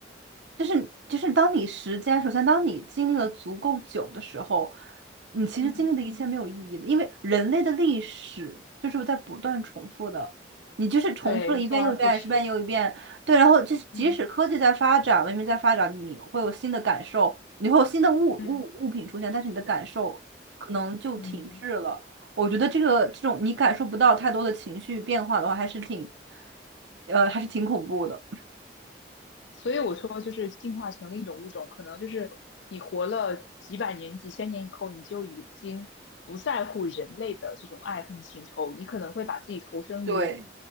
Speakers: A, on the right; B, on the left.
A: 就是就是当你时间，首先当你经历了足够久的时候，你其实经历的一切没有意义了，
B: 嗯，
A: 因为人类的历史就是在不断重复的，你就是重复了一遍又一遍，
B: 对，周而复始，
A: 一遍又一遍，对，然后就是即使科技在发展，
B: 嗯
A: 文明在发展，你会有新的感受，你会有新的物物物品出现，
B: 嗯
A: 但是你的感受可能就停滞了。
B: 嗯，
A: 我觉得这个这种你感受不到太多的情绪变化的话，还是挺，呃，还是挺恐怖的。
B: 所以我说就是进化成另一种物种，可能就是你活了几百年、几千年以后，你就已经不在乎人类的这种爱恨情仇，你可能会把自己投身于
A: 对。